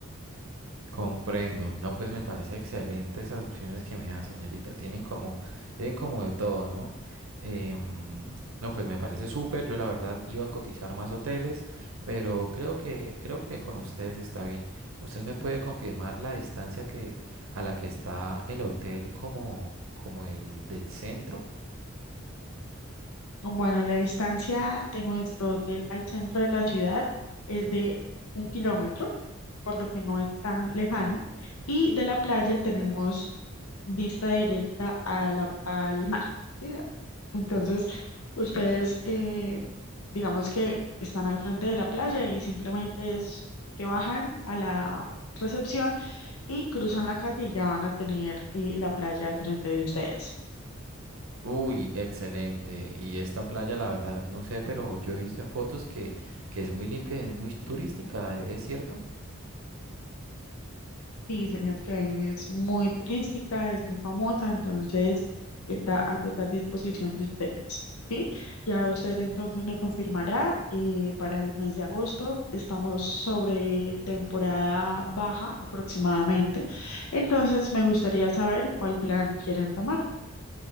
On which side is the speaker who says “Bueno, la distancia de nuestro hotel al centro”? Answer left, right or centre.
Left